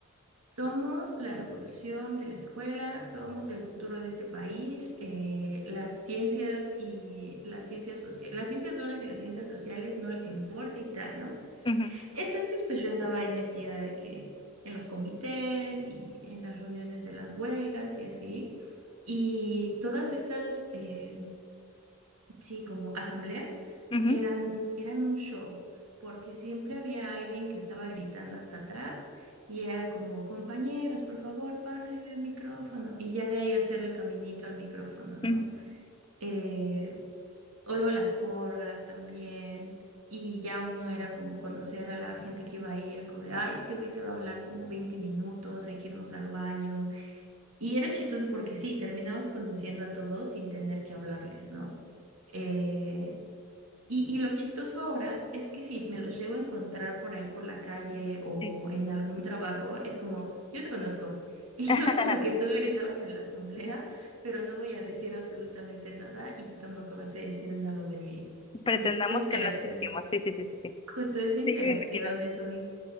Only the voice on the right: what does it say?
Somos la revolución de la escuela, somos el futuro de este país. eh, las ciencias y las ciencias sociales, las ciencias duras y las ciencias sociales no les importa y tal, ¿no?
Entonces, pues yo andaba ahí metida de que en los comités y en las reuniones de las huelgas y así. Y todas estas eh, sí, como asambleas,
eran, eran un show, porque siempre había alguien que estaba gritando hasta atrás y era como, compañeros, por favor, pásenle el micrófono. Y ya de ahí hacerle caminito al micrófono, ¿no?
Eh, o luego las porras también. Y ya uno era como conocer a la gente que iba a ir, era como de, ay, este güey se va a hablar como 20 minutos, hay que irnos al baño. Y era chistoso porque sí, terminabas conociendo a todos sin tener que hablarles, ¿no? Eh, y, y lo chistoso ahora es que si me los llego a encontrar por ahí por la calle o
en algún trabajo, es como, yo te conozco <laughs> y
yo sé lo que tú gritabas en la asamblea, pero no voy a decir absolutamente nada y tú tampoco vas a decir nada de mí.
Entonces esa interacción,
justo esa interacción
es un,